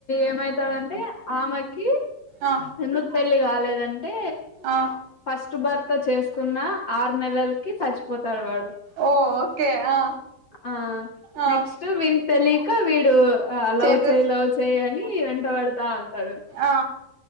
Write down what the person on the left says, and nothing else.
ఏమైతాడుంటే ఆమెకి కీ
ఎందుకు పెళ్లి కాలేదంటే
ఫస్ట్ భర్త చేసుకున్న ఆరు నెలలకి చచ్చిపోతా వాడు
ఆ
నెక్స్ట్ వీకి తెలియక వీడు లవ్
చేయి లవ్ చేయి అని వెంట పడుతూ ఉంటాడు